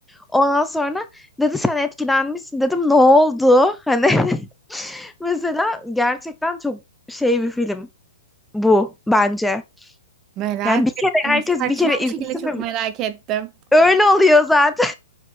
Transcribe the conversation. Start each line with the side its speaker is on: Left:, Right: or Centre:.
Centre: Ondan sonra dedi sen etkilenmişsin dedim ne oldu? Hani <laughs> mesela gerçekten çok şey bir film bu bence.
Right: Merak
Centre: Yani bir kere
Right: ettim.
Centre: herkes
Right: Saçma
Centre: bir kere izlesin.
Right: bir şekilde çok
Centre: ve-
Right: merak ettim.
Centre: Öyle oluyor zaten.